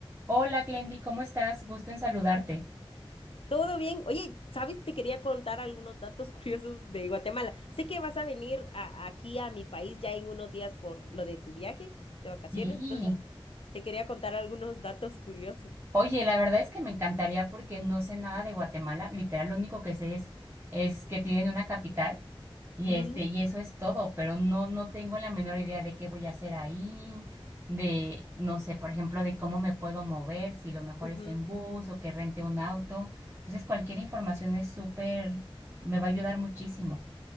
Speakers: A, on the right (about 25°); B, on the left (about 75°).
A: Hola, Glendy, ¿cómo estás? Gusto en saludarte.
B: Todo bien. Oye, ¿sabes? Te quería contar algunos datos <laughs> curiosos de Guatemala. Sé que vas a venir a- aquí a mi país ya en unos días por lo de tu viaje de vacaciones,
A: Sí.
B: entonces te quería contar algunos datos curiosos.
A: Oye, la verdad es que me encantaría porque no sé nada de Guatemala. Literal, lo único que sé es, es que tienen una capital y
B: Ujú,
A: este, y eso es todo, pero no, no tengo la menor idea de qué voy a hacer ahí, de, no sé, por ejemplo, de cómo me puedo mover, si lo mejor
B: ujú.
A: es en bus o que rente un auto. Entonces, cualquier información es súper, me va a ayudar muchísimo.